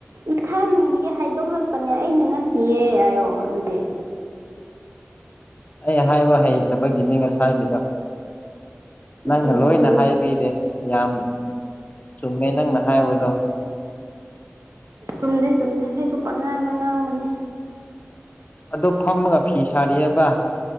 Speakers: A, on the right; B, on the left.
A: ꯏꯊꯥꯅꯨꯡꯗꯒꯤ ꯍꯥꯏꯗꯣꯛꯂꯛꯄꯅꯦ ꯑꯩꯅ ꯅꯠꯇꯦꯌꯦ ꯍꯥꯏꯌꯣ ꯑꯗꯨꯗꯤ
B: ꯑꯩ ꯍꯥꯏꯕ ꯍꯩꯇꯕꯒꯤꯅꯤ ꯉꯁꯥꯏꯗꯨꯗ ꯅꯪꯅ
A: ꯀꯩꯒꯤ
B: ꯂꯣꯏꯅ
A: ꯍꯩ
B: ꯍꯥꯏꯕꯤꯔꯦ ꯌꯥꯝ ꯆꯨꯝꯃꯦ ꯅꯪꯅ ꯍꯥꯏꯕꯗꯣ
A: ꯆꯨꯝꯗꯦ ꯆꯨꯝꯗꯦ ꯑꯩꯁꯨ ꯄꯪꯉꯥꯡꯗ ꯉꯥꯡꯕꯅꯦ
B: ꯑꯗꯣ ꯐꯝꯃꯒ ꯐꯤ ꯁꯥꯔꯤꯑꯕ